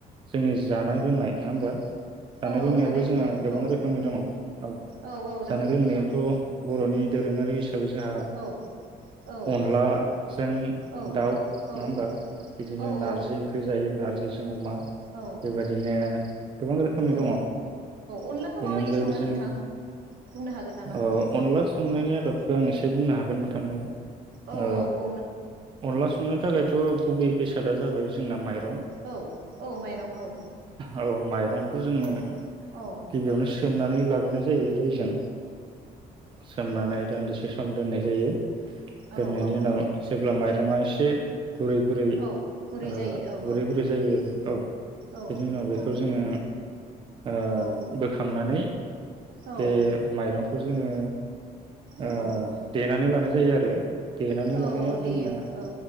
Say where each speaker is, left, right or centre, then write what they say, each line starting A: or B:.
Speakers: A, on the right; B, on the right.
A: जोंनि जानाय
B: औ
A: लोंनाय नङा होमबा जानाय
B: औ औ
A: लोंनायावबो
B: लोंनाय
A: जोंहा गोबां
B: औ
A: रोखोमनि दङ औ
B: औ औ दं
A: जानाय लोंनायावथ
B: दं
A: बरनि दोरोंङारि जोंहा
B: औ औ
A: अनला जों
B: औ
A: दाउ
B: औ
A: नङा होमबा बिदिनो
B: औ
A: नारजि ओंख्रि जायो ना <unintelligible> जों अमा
B: औ
A: बेबायदिनो गोबां रोखोमनि
B: औ
A: दङ
B: अनलाखौ
A: बेनि
B: माबायदि
A: अनगायैबो
B: सङो
A: जोङो
B: नोंथां बुंनो हागोन नामा
A: ओ अनला संनायनि आदबखौ आं एसे बुंनो हागोन नोंथांनो
B: औ
A: ओ
B: औ बु
A: अनला संनो थाखायथ गुबै बेसादा जाबाय जोंना माइ
B: औ औ माइरं औ
A: औ माइ रंखौ जोङो
B: औ औ
A: गिबियावनो सोमनानै लाग्रोनाय जायो दैजों सोमनानै दान्दिसे सम दोननाय जायो
B: औ
A: दोननायनि
B: औ
A: उनाव जेब्ला माइरंङा एसे गुरै गुरै
B: औ गुरै
A: ओ
B: जायो औ
A: गुरै गुरै जायो औ बिनि
B: औ
A: उनाव बेखौ
B: औ
A: जोङो ओ
B: औ
A: बोखांनानै
B: औ
A: बे माइरंखौ जोङो
B: औ
A: ओ देनानै लानाय जायो आरो। देनानै
B: औ
A: ला <unintelligible> जोंनिया
B: औ देयो औ